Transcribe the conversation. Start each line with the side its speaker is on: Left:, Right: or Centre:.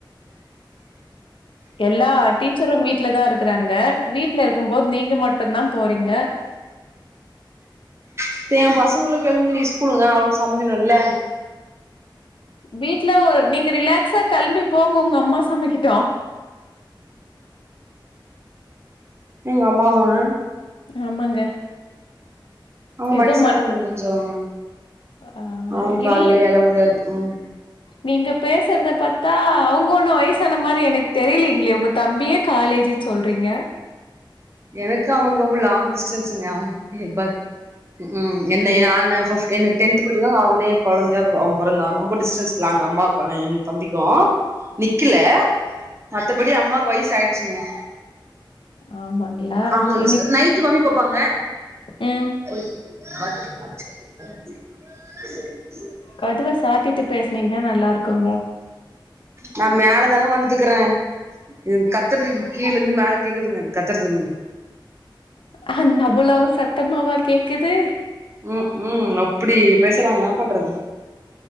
Left: எல்லா டீச்சரு வீட்லதா இருக்கறாங்க வீட்ல இருக்கும் போது நீங்க மட்டுந்தா போறீங்க
Right: அடுத்து ஏ பசங்களுக்கு எழுந்து இன்னக்கி ஸ்கூலுங்க அவனுக்கு சமைக்கணும்ல்ல
Left: வீட்ல நீங்க ரிலாக்ஸா கெளம்பி போங்க உங்க அம்மா சமைக்கட்டு
Right: எங்க அம்மாவாங்க
Left: ஆமாங்க
Right: அவுங்க
Left: ஏதோ
Right: வயசானவங்க
Left: மன்
Right: கொஞ்சோ அவுங்க
Left: ஆ
Right: அவுங்க கால்ல
Left: இல்லை.
Right: எழ முடியாது ம்
Left: நீங்க பேசறத பாத்தா அவுங்க ஒண்ணு வயசான மாரி எனக்கு தெரியலங்களே உங்க தம்பியே காலேஜின்னு சொல்றீங்க
Right: எனக்கு அவனுக்கு ரொம்ப லாங் டிஸ்டன்ஸுங்க அவே பத் ம் என்ன ஏ நானு ஃபிஃப் எனக்கு டென்த் படிக்கும் போது அவனே கொழந்தையா அவே பொறந்தா ரொம்ப டிஸ்டன்ஸ் க்கலா எங்க அம்மாவுக்கு என் தம்பிக்கு நிக்கல மத்தபடி அம்மாக்கு வயசு ஆயிடுச்சுங்க
Left: ஆமாங்களா
Right: அவங்கள டிஸ்ட
Left: இன்னைக்கு
Right: நைட்டு மாம்மி பாப்பாங்க
Left: ம்
Right: <unintelligible>
Left: கதுவ சாத்திட்டு பேசுனீங்கன்னா நல்லா இருக்குங்க
Right: நா மேலதாங்க வந்துட்டுக்கறே இதுங்க கத்துறது கீழ இருந்து மேல கேக்குதுங்க அது கத்துறதுங்
Left: அ அவ்வளவு சத்தமாவா கேக்குது
Right: ம் ம் அப்படி பேசுறாங்க என்ன பண்றது